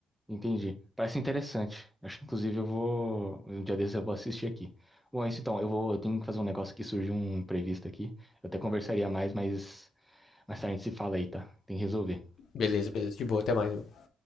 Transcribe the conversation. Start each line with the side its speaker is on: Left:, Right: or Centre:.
Centre: entendi. Parece interessante. Acho que inclusive eu vou. Um dia desses eu vou assistir aqui. Bom, é isso então. Eu vou. Eu tenho que fazer um negócio que surgiu um imprevisto aqui. Eu até conversaria mais, mas mais tarde a gente se fala aí, tá? Tem que resolver.
Left: Beleza, beleza, de boa, até mais, mano.